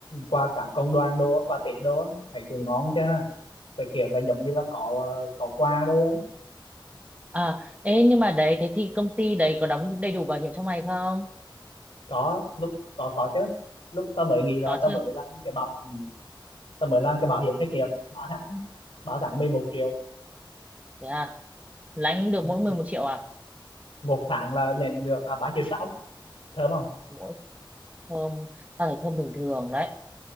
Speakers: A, on the left; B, on the right.
A: qua cả công đoàn đô qua Tết đô á, thấy cũng ngon chứ ha về kiểu là giống như là có ờ, có quà đô á.
B: À, ê, nhưng mà đấy, thế thì công ty đấy có đóng đầy đủ bảo hiểm cho mày không?
A: có lúc có có chứ lúc tao mới nghĩ là
B: Có
A: tao
B: chưa?
A: mới làm cái bảo ừ. tao mới làm cái bảo hiểm thất nghiệp ba tháng ba tháng mười một triệu
B: Thế à, lãnh được
A: Ừ,
B: mỗi mười một triệu à?
A: một tháng là nhận được à, ba triệu sáu thơm không
B: Mỗi thơm, tao thấy thơm bình thường đấy.